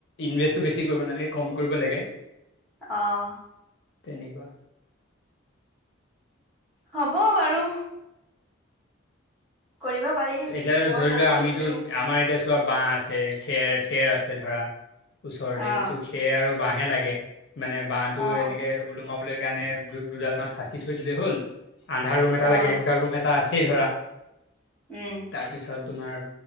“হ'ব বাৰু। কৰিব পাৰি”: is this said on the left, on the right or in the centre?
Centre